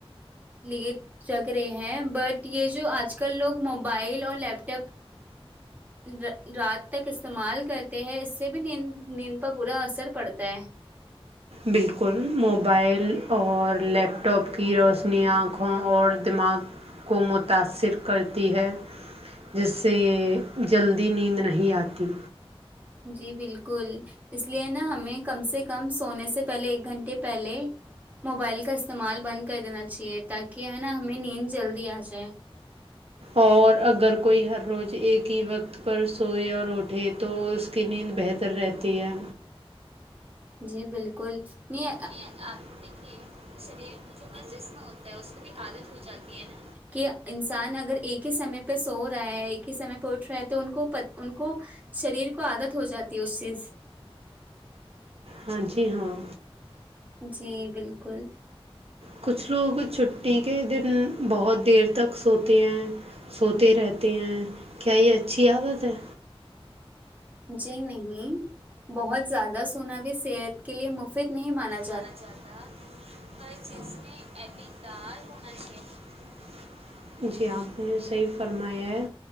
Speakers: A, on the right; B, on the right.
A: لیٹ جگ رہے ہیں بٹ یہ جو آج کل لوگ موبائل اور لیپ ٹاپ ر رات تک استعمال کرتے ہیں اس سے بھی نیند نیند پر برا اثر پڑتا ہے
B: بالکل موبائل اور لیپ ٹاپ کی روشنی آنکھوں اور دماغ کو متا ثر کرتی ہے جس سے جلدی نیند نہیں آتی
A: جی بالکل اس لیے نا ہمیں کم سے کم سونے سے پہلے ایک گھنٹے پہلے موبائل کا استعمال بند کر دینا چاہیے تاکہ ہے نا ہمیں نیند جلدی آ جائے
B: اور اگر کوئی ہر روز ایک ہی وقت پر سوئے اور اٹھے تو اس کی نیند بہتر رہتی ہے
A: جی بالکل نہیں
B: جی ا دیکھیے شریر جو جسم ہوتا ہے اس کو بھی عادت ہو جاتی ہےنا
A: کہ انسان اگر ایک ہی سمے پہ سو رہا ہے ایک ہی سمے پہ اٹھ رہا ہے تو ان کو پتہ ان کو شریر کو عادت ہو جاتی ہے اس چیز
B: ہاں جی ہاں
A: جی بالکل
B: کچھ لوگ چھٹی کے دن بہت دیر تک سوتے ہیں سوتے رہتے ہیں کیا یہ اچھی عادت ہے
A: جی نہیں بہت زیادہ سونا بھی صحت کے لیے مفید نہیں مانا
B: مانا جاتا ہر چیز میں اعتدال ہوناچاہئے جی آپ نے صحیح فرمایا ہے